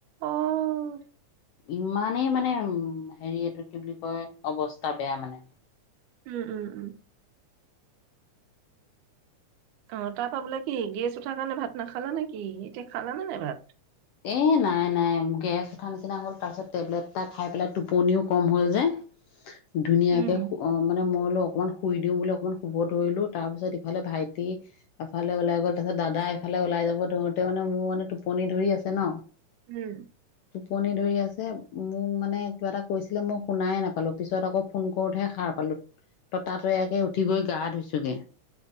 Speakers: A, on the right; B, on the left.
A: অ'।
B: ইমানেই মানে উম হেৰি এইটো কি বুলি কয় অৱস্থা বেয়া মানে।
A: উম-উম-উম। অ' তাৰ পৰা বোলে কি? গেছ উঠাৰ কাৰণে ভাত নাখালা নেকি? এতিয়া খালানে নাই ভাত?
B: এ নাই-নাই । গেছ উঠা নিচিনা হ'ল। তাৰ পিছত টেবলেট এটা খাই পেলাই টোপনিও কম হ'ল যে। ধুনীয়াকে
A: উম
B: অ' মানে মই লও অকমান শুই দিও বুলি অকণমান শুব ধৰিলোঁ । তাৰ পিছত ইফালে ভাইটি এফালে ওলাই গ'ল। তাৰ পিছত দাদা এফালে ওলাই যাব ধৰোঁতে মানে মোৰ মানে টোপনি ধৰি আছে। তে ন'?
A: উম।
B: টোপনি ধৰি আছে । মোক মানে কিবা এটা কৈছিলে মই শুনাইে নাপালোঁ। পিছত আকৌ ফোন কৰোতহে সাৰ পালোঁ। ততাতৈয়াকে উঠি গৈ গা ধুইছোগে।